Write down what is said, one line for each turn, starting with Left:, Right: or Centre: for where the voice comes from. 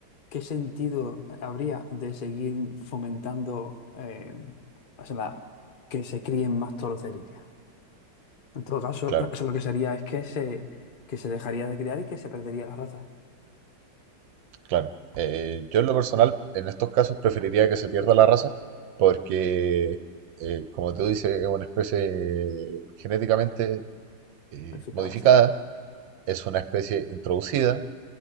Left: ¿qué sentido eh, habría de seguir fomentando eh, o sea, la- que se críen más toros de Lidia? En todo caso,
Right: Claro,
Left: eh, eso lo que sería es que se, que se dejaría de criar y que se perdería la raza.
Right: claro. Eh, yo en lo personal, en estos casos, preferiría que se pierda la raza, porque, eh, como te dice, es una especie genéticamente eh,
Left: Planificado,
Right: modificada,
Left: sí.
Right: es una especie introducida,